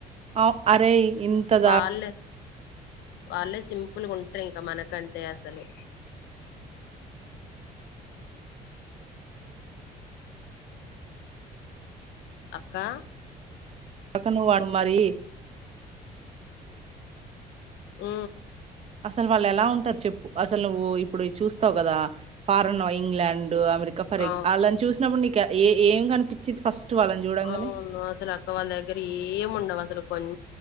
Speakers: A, on the right (about 40°); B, on the left (about 80°).
A: అఔ అరే ఇంతదా
B: వాళ్ళే వాళ్ళే సింపుల్ ఉంటారు ఇంకా మనకంటే అసలు అక్కా
A: కాక ను ఆడు మరి
B: ఉ
A: అసలు వాళ్ళు ఎలా ఉంటారు చెప్పు అసలు నువ్వు ఇప్పుడు చూస్త తగదా ఫారనో ఇంగ్లాండ్ అమెరికా పరే
B: అవు
A: ఆళ్లను చూసినప్పుడు నీక ఏ ఏం కనిపించ చిట్ ఫస్ట్ వాళ్ళని చూడంగానే
B: అవును అసలు అక్క వాళ్ళ దగ్గర ఏము ఉండవు అసలు పన్